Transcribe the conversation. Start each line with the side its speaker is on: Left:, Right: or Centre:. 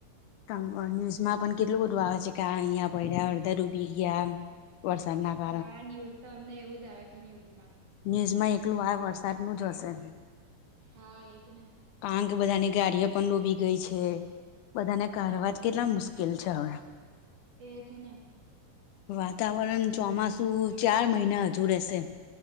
Left: ન્યૂઝમાં પણ કેટલું બધું આવે છે કે આ અહીંયા પડ્યા, અડધા ડૂબી ગયા. વરસાદ ના કાર
Right: હા ન્યૂઝ તો અમને એવું જ આવે છે ન્યુઝમાં.
Left: ન્યૂઝમાં એકલું આ વરસાદનું જ હશે.
Right: હા એજ ને
Left: કારણ કે બધાની ગાડીઓ પણ ડૂબી ગઈ છે. બધાને કારવા જ કેટલા મુશ્કેલ છે હવે.
Right: એજ ને.
Left: વાતાવરણ ચોમાસું ચાર મહિના હજુ રેશે.